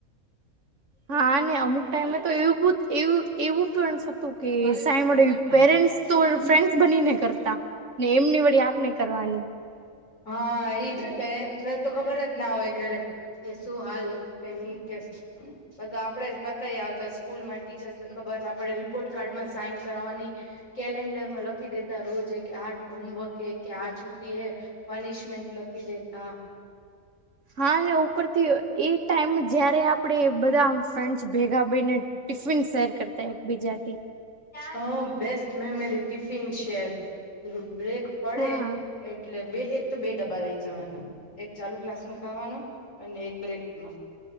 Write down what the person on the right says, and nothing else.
હા ને અમુક ટાઈમે તો એવું બ એવું એવું પણ કે સાઈ માટે પેરેન્ટસ તો ફ્રેન્ડસ બનીને કરતા ને એમની વળી આપને કરવાની
હા ઉપરથી એ ટાઈમ જયારે આપડે બધા ફ્રેન્ડસ ભેગા ભઈને ટિફિન શેર કરતા એકબીજાથી
હા